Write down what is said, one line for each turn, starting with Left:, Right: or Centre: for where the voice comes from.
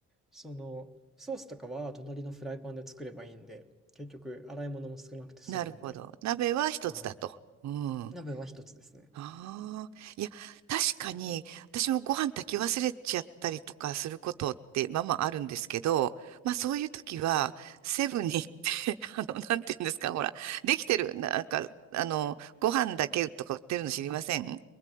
Centre: その、ソースとかは隣のフライパンで作ればいいんで、結局洗い物も少なくて済むんで、
Right: なるほど。鍋は一つだと。
Centre: はい。
Right: うん。
Centre: 鍋は一つですね。
Right: ああ、いや、確かに、私もご飯炊き忘れちゃったりとかすることって、まあまああるんですけど、まあそういう時は、セブンに行って、<laughs> あの、なんていうんですか、ほら、できてる、なんか、あの、ご飯だけとか売ってるの知りません